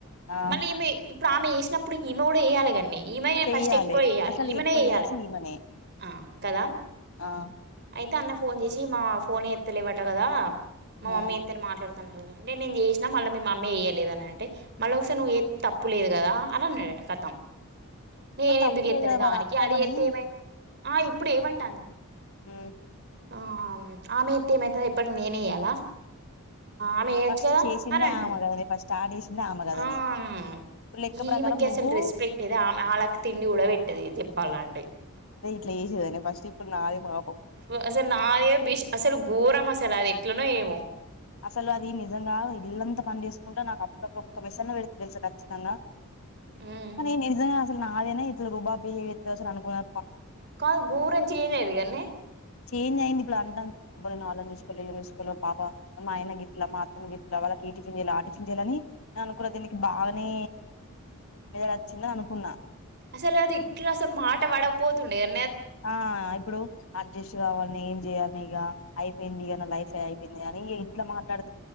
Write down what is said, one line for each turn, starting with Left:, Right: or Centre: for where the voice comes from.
Left: ఆ
Right: మళ్ళీ ఈమె ఇప్పుడు ఆమె వేసినప్పుడు ఈమె కూడా చేయాలా కదనే ఈమె నే
Left: చెయ్యాలి
Right: ఫస్ట్ ఎక్కువ చేయాలే
Left: అసలు
Right: ఈమెనే
Left: ఎక్కువ
Right: చేయలే
Left: చేయాల్సింది ఈమనే
Right: ఆ కదా
Left: ఆ
Right: అయితే అన్న ఫోన్ చేసి మా ఫోనే ఎత్తలేవట కదా మా
Left: ఉమ్
Right: మమ్మీ ఎత్తని మాట్లాడ అంటే చేసిన మళ్ళీ మీ మమ్మ మ్మీ చేయలేదు అని అంటే మళ్ళొకసారి నువ్వు ఏ చేస్తే తప్పు లేదు కదా అని అన్నాడట కతం నేను
Left: మరి తప్పు
Right: ఎందుకు చెత్తనే
Left: లేదు కదా
Right: దానికి
Left: మరి అత్తమని
Right: అది ఎత్తే ఏమై ఆ ఇప్పుడు ఏమంటాంది
Left: ఊ
Right: ఆమ్ ఆమెయితే ఏమైతది ఎప్పటికి నేనే ఇయ్యాలా ఆమె ఏయొచ్చు
Left: ఫస్ట్
Right: గదా
Left: చేసిందే
Right: అని అంటాంది
Left: ఆమె కదనే ఫస్ట్ స్టార్ట్ చేసిందే ఆమె కదనే
Right: ఆమ్
Left: ఇప్పుడు లెక్క
Right: ఈమెకి
Left: ప్రకారం
Right: అసల్
Left: నువ్వు
Right: రెస్పెక్ట్ ఏది ఆమె ఆళ్ళకి తిండి గూడా వెట్టది ఇగ చెప్పాలంటే
Left: ట్లే చేేసేదనా ఫస్ట్ ఇప్పుడు నాదే పా
Right: వ అసల్ నాదే బిష్ అసలు ఘోరం అసలు అది ఎట్లనో ఏమో
Left: అసలు అది నిజంగా ఇల్లంత పని చేసుకుంట నాకు అప్పక్ ఒక్క మెసన్న వెడుతది దెలుసా ఖచ్చితంగా
Right: ఉమ్.
Left: కానీ నిజంగా అసలు నాదేనా ఇట్ల రూబాబ్ బిహేవ్ చేత్త అసలు అనుకునా
Right: కాదు గోరం చేయలేదు కానీ
Left: చేంజ్ అయింది ఇప్పుడు అంటన్ అబ్బ నేన్ ఆలన్ చూసుకోలే ఈలన్ చూసుకోలే పాపా మా ఆయన గిట్ల మా అత్తమ్మ గిట్ల వాళ్ళకి ఈ టిఫిన్ జెయాల ఆ టిఫిన్ జెయాల అని నేను అనుకున్న దీనికి బాగనే ఇగ వచ్చిందే అనుకున్నా
Right: అసలు అది ఇట్ల అస మాట వడకపోతుండేగా
Left: ఆ ఇప్పుడు అజ్జెష్ట్ గావాల్ ఏం జేయాల్నే ఇగా అయిపోయిందిగ నా లైఫే అయిపోయింది గానీ ఇగ ఇట్ల మాట్లాడు